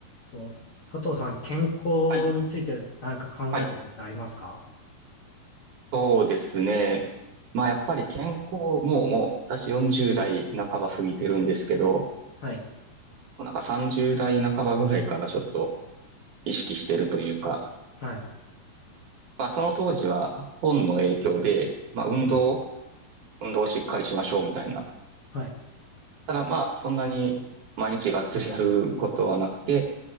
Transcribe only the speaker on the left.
と、佐藤さん、健康について何か考えとかってありますか
はい、
はい、
うん、
はい、